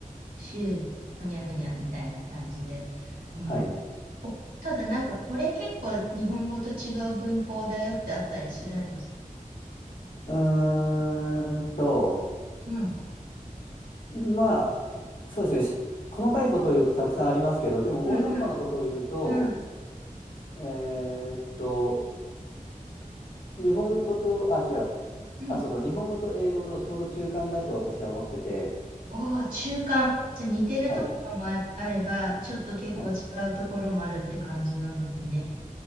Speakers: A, on the right; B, on the left.
A: シュー、ふにゃふにゃみたいな感じで。
B: はい。
A: うんおただなんかこれ結構日本語と違う文法だよってあったりするんですか
B: うーんと、
A: うん。
B: まあ、そうですね。し細かいことを言うとたくさんありますけど、でも大雑把なことを言うと、
A: うんうんうん
B: えーっと、日本語と、あ、違う。
A: うん。
B: あ、そうそう。日本語と英語のちょうど中間だと私は思ってて、
A: おお、中間。じゃあ似てるところもあ、
B: はい。
A: あれば、ちょっと結構違うところもあるって感じなんですね。
B: はい